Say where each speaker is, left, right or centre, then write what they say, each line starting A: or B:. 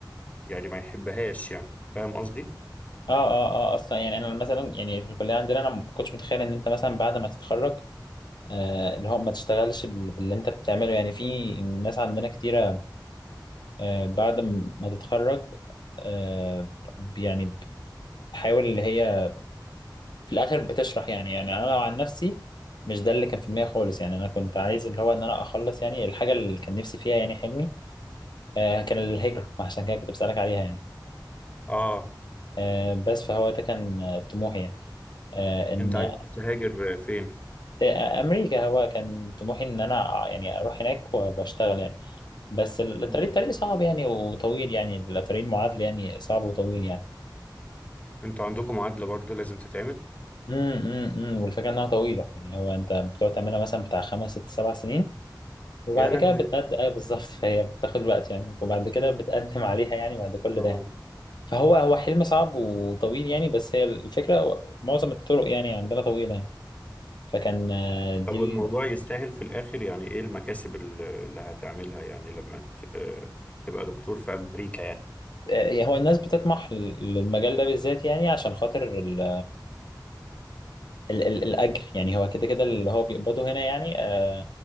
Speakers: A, on the left; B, on the left.
A: يعني ما يحبهاش يعني فاهم قصدي؟
B: اه اه اه اصلا يعني انا مثلا يعني في الكلية عندنا انا ما كنتش متخيل ان انت مثلا بعد ما تتخرج آه اللي هو ما تشتغلش بال- باللي انت بتعمله يعني في ناس عندنا كتيرة آه بعد م- ما تتخرج آه يعني بتحاول اللي هي في الاخر بتشرح يعني يعني انا لو عن نفسي مش ده اللي كان في دماغي خالص يعني انا كنت عايز اللي هو ان انا اخلص يعني الحاجه اللي كان نفسي فيها يعني حلمي آه كان الهجره عشان كده كنت بسالك عليها يعني
A: اه
B: آه بس فهو ده كان آه، طموحي يعني آه ان
A: انت عايز تهاجر فين
B: آه امريكا هو كان طموحي ان انا يعني اروح هناك و- واشتغل يعني بس الطريق
A: مم.
B: طريق صعب يعني وطويل يعني الطريق المعادله يعني صعب وطويل يعني
A: انتوا عندكم معادلة برضو لازم تتعمل
B: امم امم إمم. والفكره انها طويله يعني هو انت بتقعد تعملها مثلا بتاع خمس ست سبع سنين وبعد
A: يا لهوي
B: كده بتقدم ايوه بالظبط فهي بتاخد وقت يعني وبعد كده بتقدم عليها يعني بعد كل
A: اه
B: ده يعني فهو هو حلم صعب وطويل يعني بس هي الفكره معظم الطرق يعني عندنا طويله يعني. فكان آه، دي
A: طب
B: ال...
A: الموضوع يستاهل في الاخر يعني ايه المكاسب ال- اللي هتعملها يعني لما ت- تبقى دكتور في امريكا يعني
B: آه، هو الناس بتطمح لل- للمجال ده بالذات يعني عشان خاطر ال... ال... ال... الاجر يعني هو كده كده اللي هو بيقبضه هنا يعني آه،